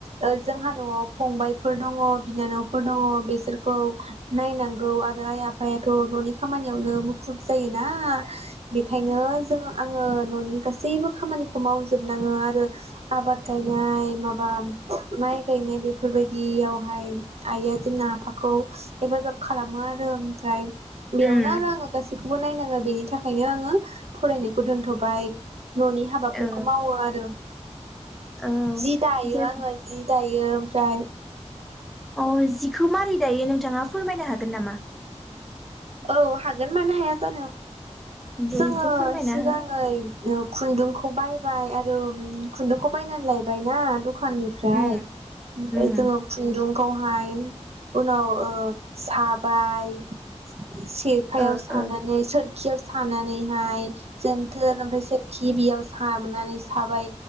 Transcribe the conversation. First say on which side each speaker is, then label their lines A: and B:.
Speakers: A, on the right; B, in the centre.
A: ओ जोंहा न'आव फंबायफोर दङ बिनानावफोर दङ बेसोरखौ नायनांगौ आरो आइ आफायाथ' न'नि खामानियावनो मुखुब जायोना बेखायनो जों आङो न'नि गासैबो खामानिखौ मावजोबनाङो आरो आबाद गायनाय माबा माइ गायनाय बेफोरबायदियावहाय आइआ जोंना आफाखौ हेफाजाब खालामो आरो ओमफ्राय बेयावनो
B: उम
A: आरो आङो गासैखौबो नायनाङो बेनि था ओंखायनो आङो फरायनायखौ दोनथ'बाय न'नि हाबाफोरखौ
B: औ
A: मावो आरो
B: औ
A: जि दायो
B: जे
A: आङो जि दायो ब्राय
B: अ जिखौ मारै दायो नोंथाङा फोरमायनो हागोन नामा
A: औ हागोन मानो हाया जानो
B: दे
A: जोङो
B: एसे फोरमायना
A: सिगाङै
B: हो
A: ओ खुन्दुंखौ बायबाय आरो ओम खुन्दुंखौ बायनानै लायबाय ना दख दखाननिफ्राय
B: उम
A: ओमफ्राय
B: उम
A: जोङो खुुंन्दुं खौहाय उनाव ओ साबाय <inaudible> सेखायाव
B: ओ
A: सानानै
B: ओ
A: सोर खियाव सानानैहाय जेनथोर ओमफ्राय सोरखि बेयाव हाबनानै साबाय